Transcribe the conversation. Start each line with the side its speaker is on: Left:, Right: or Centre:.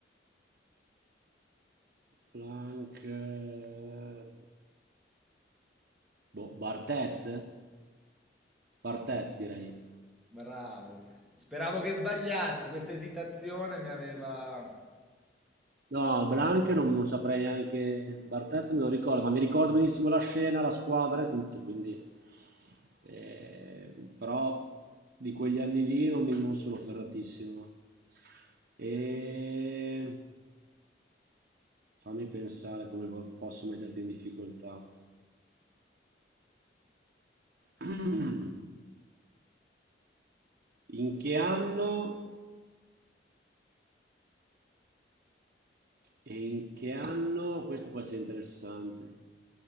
Right: Blanc... eh, Boh, Barthez? Barthez, direi.
Centre: Bravo. Speravo che sbagliassi, questa esitazione mi aveva...
Right: No, Blanche non, non saprei neanche, Barthez me lo ricordo, ma mi ricordo benissimo la scena, la squadra e tutto, quindi... eh, però di quegli anni lì non, mi- non sono ferratissimo. E... Fammi pensare come vo- posso metterti in difficoltà. <clears throat> In che anno? E in che anno? Questo può essere interessante.